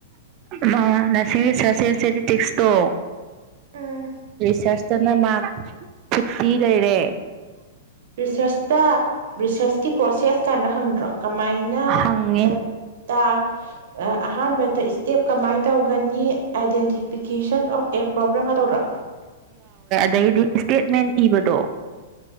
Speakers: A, on the right (about 40°); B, on the right (about 60°).
A: ꯅꯔꯁꯤꯡ ꯔꯤꯁꯔꯁ ꯑꯦꯟꯁꯇꯦꯇꯦꯇꯤꯛꯁꯇꯣ
B: ꯎꯝ
A: ꯔꯤꯁꯔꯁꯇꯅ ꯃꯥꯔꯛ ꯐꯤꯐꯇꯤ ꯂꯩꯔꯦ꯫
B: ꯔꯤꯁꯔꯁꯇ ꯔꯤꯁꯔꯁꯀꯤ ꯄ꯭ꯔꯣꯁꯦꯁ ꯀꯥꯅ ꯍꯪꯗ꯭ꯔꯣ꯫ ꯀꯃꯥꯏꯅ
A: ꯍꯪꯉꯦ
B: ꯗ ꯇ ꯑꯍꯥꯟꯕꯗ ꯏꯁꯇꯦꯞ ꯀꯃꯥꯏꯅ ꯇꯧꯒꯅꯤ ꯑꯥꯏꯗꯦꯟꯇꯤꯐꯤꯀꯦꯁꯟ ꯑꯣꯐ ꯑꯦꯞ ꯄ꯭ꯔꯣꯕ꯭ꯂꯦꯝꯒꯇꯧꯗꯔꯥ
A: ꯑꯗꯩꯗꯤ ꯏꯁꯇꯦꯠꯃꯦꯟ ꯏꯕꯗꯣ